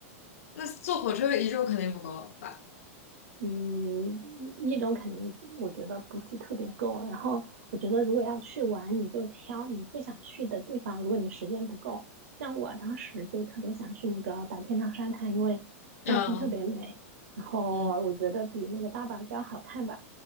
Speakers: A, on the left; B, on the right.
A: 那坐火车一周肯定不够吧？
B: 嗯，一周肯定我觉得不是特别够。然后我觉得如果要去玩，你就挑你最想去的地方。如果你时间不够，像我当时就特别想去那个白天堂沙滩，因为照片特别美，
A: 嗯
B: 然后我觉得比那个大堡礁好看吧。
A: 嗯